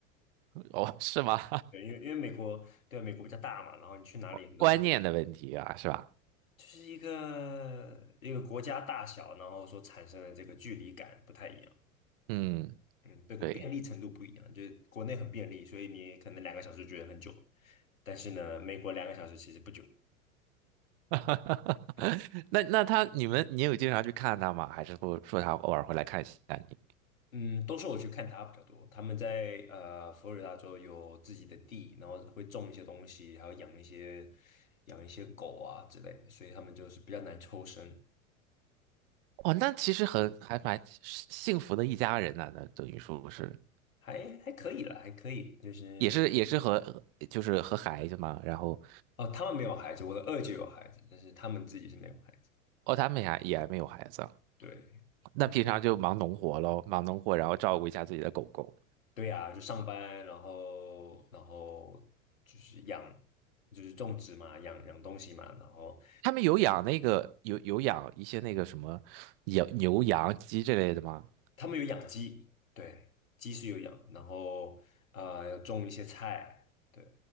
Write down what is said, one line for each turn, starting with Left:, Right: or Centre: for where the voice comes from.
Right: 哦，是吗？
Left: 对，因为因为美国对啊美国比较大嘛，然后你去哪里很多时候
Right: <laughs> 观念的问题啊，是吧？
Left: 就是一个一个国家大小，然后所产生的这个距离感不太一样。
Right: 嗯，
Left: 嗯，这个便利程度不一样，
Right: 对。
Left: 就是国内很便利，所以你可能两个小时觉得很久，但是呢，美国两个小时其实不久。
Right: <laughs>
Left: 对，
Right: 那那他，你们，你有经常去看他吗？还是说说他偶尔会来看一下你？
Left: 嗯，都是我去看他比较多，他们在呃佛罗里达州有自己的地，然后会种一些东西，还有养一些养一些狗啊之类的，所以他们就是比较难抽身，
Right: 哦，那其实很还蛮幸福的一家人呢。那等于说是
Left: 还还可以啦，还可以，就是
Right: 也是也是和就是和孩子嘛，然后
Left: 哦，他们没有孩子，我的二姐有孩子，但是他们自己是没有孩子，
Right: 哦，他们也还也还没有孩子啊
Left: 对。
Right: 那平常就忙农活喽，
Left: 他们。
Right: 忙农活，然后照顾一下自己的狗狗。
Left: 对呀，就上班，然后然后就是养，就是种植嘛，养养东西嘛，然后
Right: 他们有养那个有有养一些那个什么养牛羊鸡这类的吗？
Left: 他们有养鸡，对，鸡是有养，然后呃种一些菜，对，